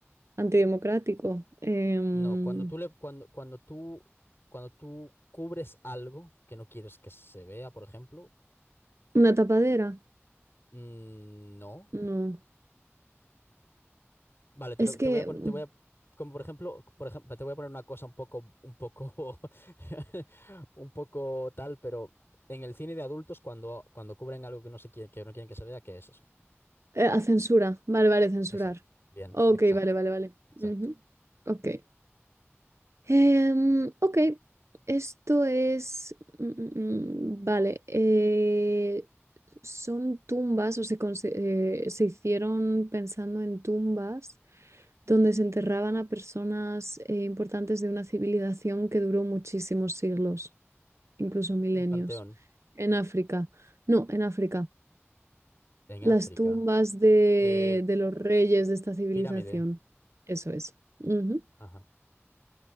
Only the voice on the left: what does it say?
no. Cuando tú le, cuando, cuando tú, cuando tú cubres algo que no quieres que se vea, por ejemplo,
mm, no.
Vale, te,
lo-
te voy a poner,
te voy a, como por ejemplo, por ejemplo, te voy a poner una cosa un poco, un poco, <laughs> un poco tal, pero en el cine de adultos cuando, cuando cubren algo que no se quiere, que no quieren que se vea, ¿qué es eso?
Exacto. Bien,
exacto,
exacto.
Un panteón
en
África.
Eh,
pirámide.
Ajá.